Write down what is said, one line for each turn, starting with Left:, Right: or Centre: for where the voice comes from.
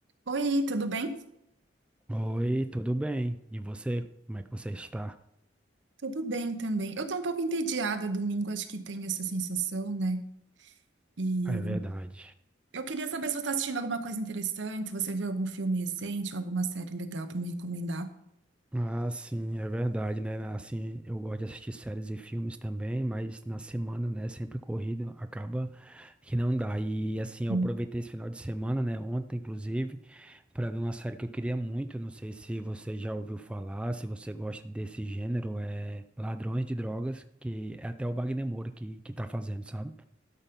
Right: Oi, tudo bem?
Centre: Oi, tudo bem? E você, como é que você está?
Right: Tudo bem também. Eu tô um pouco entediada domingo, acho que tem essa sensação, né? E
Centre: É verdade.
Right: eu queria saber se você tá assistindo alguma coisa interessante, se você viu algum filme recente, alguma série legal pra me recomendar.
Centre: Ah, sim, é verdade, né? Assim, eu gosto de assistir séries e filmes também, mas na semana, né, sempre corrido, acaba que não dá. E assim, eu
Right: Hum.
Centre: aproveitei esse final de semana, né, ontem inclusive, para ver uma série que eu queria muito, não sei se você já ouviu falar, se você gosta desse gênero, é Ladrões de Drogas, que é até o Wagner Moura que que tá fazendo, sabe?